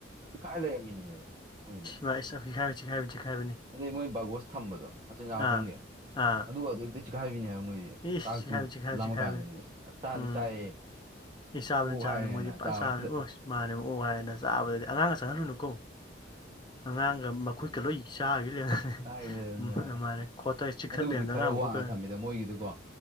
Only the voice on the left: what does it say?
<unintelligible> ꯆꯤꯡꯈꯥꯏꯕꯅꯤ ꯆꯤꯡꯈꯥꯏꯕꯅꯤ
ꯑꯥ ꯑꯥ
ꯏꯁ
ꯆꯤꯈꯥꯏꯕꯅꯤ ꯆꯤꯈꯥꯏꯕꯅꯤ
ꯆꯤꯈꯥꯏꯕꯅꯤ
ꯎꯝ
ꯏ ꯆꯥꯕꯅꯤ
ꯆꯥꯕꯅꯤ
ꯃꯣꯏꯗꯤ ꯄꯥꯠ
ꯆꯥꯕꯅꯤ ꯑꯣ ꯃꯥꯅꯦ ꯑꯣꯛ ꯍꯥꯏꯔꯦꯅ ꯆꯥꯕꯗꯗꯤ ꯑꯉꯥꯡꯒ ꯆꯪꯍꯜꯂꯨꯅꯨꯀꯣ ꯑꯉꯥꯡꯒ ꯃꯈꯨꯠꯀ ꯂꯣꯏ ꯆꯥꯈꯤ ꯂꯩꯔꯝꯃꯦ
ꯃꯥꯅꯦ ꯈꯣꯠꯇ ꯆꯤꯛꯊꯠ
ꯂꯩꯔꯝꯗ
ꯑꯉꯥꯡ ꯃꯈꯨꯠ
ꯀꯩꯅꯣ